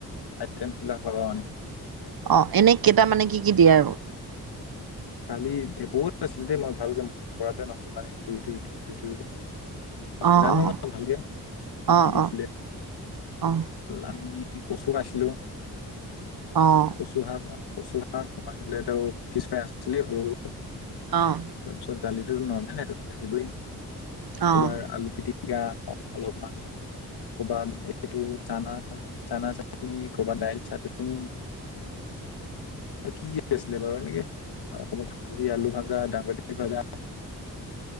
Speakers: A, on the left; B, on the right.
A: আইটেম বিলাক পাবা মানে।
B: অ এনে কেইটা মানে কি কি দিয়ে আৰু।
A: কালি দে বহুত আছিলে দেই মই ভালকে মন পৰাটোৱে নাল মানে ইটো সটো ইটো সটো ইটো।
B: অ',
A: নজানো
B: অ',
A: ভালকে কি,
B: অ',
A: কি দিছিলে
B: অ', অ',
A: আমি। কচু আইছিলো
B: অ',
A: কচু শাক। বস্তু তোমাৰ বোলে পিছফাই আছিলেই সৰু সৰু
B: অ',
A: তাৰপিছত দালিো নৰ্মেল সেইটো থাকিবই
B: অ',
A: কবাৰ আলু পিটিক। গা অলপমান। কৰ'বাত এইটো চানা চানা চাটনি কৰ'ৰবাত দাইল চাটনি। কি কি আছিলে বাৰু এনেকে অকমান ভাজি আলু ভাজা দাংবতি ভাজা